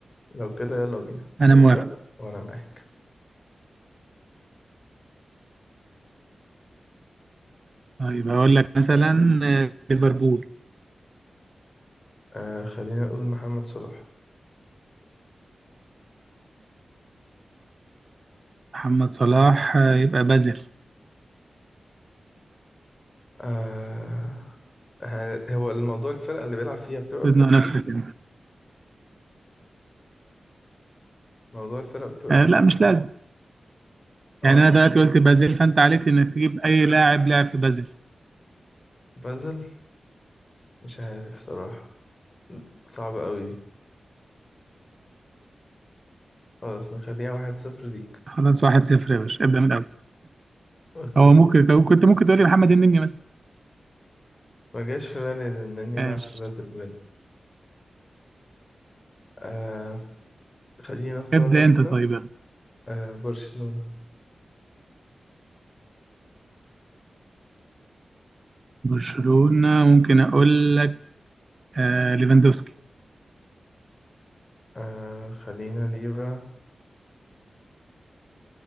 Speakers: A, on the left (about 45°); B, on the right (about 50°).
A: لو كده يلا بينا
B: انا
A: ابدأ
B: موافق
A: وانا معاك
B: طيب هقول لك مثلا آه، ليفربول
A: آه خلينا نقول محمد صلاح
B: محمد صلاح آه، يبقى بازل
A: آه هن- هو الموضوع الفرقة اللي بيلعب فيها بتبقى
B: تزنق
A: بترتيب
B: نفسك انت
A: موضوع الفرقة بتبقى
B: آه،
A: في
B: لا
A: ترتيب
B: مش لازم
A: اه
B: يعني انا دلوقتي قلت بازل فانت عليك انك تجيب اي لاعب لاعب في بازل
A: بازل مش عارف صراحة صعبة قوي دي خلاص نخليها واحد صفر ليك
B: خلاص واحد صفر يا باشا ابدا من الاول
A: اوكي
B: هو ممكن كنت ممكن تقول لي محمد النني مثلا
A: ما جاش في بالي انني
B: ماشي
A: العب في بازل بجد آه خلينا اختار
B: ابدا
A: مثلا
B: انت طيب يلا
A: آه برشلونة
B: برشلونة ممكن أقول لك آه ليفاندوسكي
A: آه خلينا ليفا